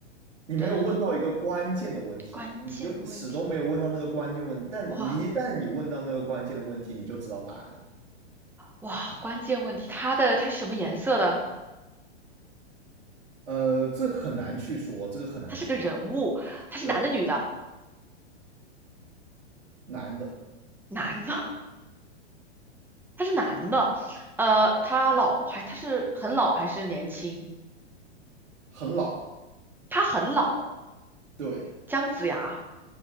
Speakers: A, on the right (about 80°); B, in the centre.
A: 你没有问到一个关键的问题，
B: 嗯，关键的问题，
A: 你就始终没有问到那个关键问题。但一旦你问到那个关键的问题，
B: 哇
A: 你就知道答案了。
B: 哇，关键问题，他的他是什么颜色的？
A: 呃，这很难去说，这个很难说。
B: 他是个人物，他是男的女的？
A: 对，男的
B: 男的，他是男的，呃，他老还他是很老还是年轻？
A: 很老，
B: 他很老，
A: 对
B: 姜子牙。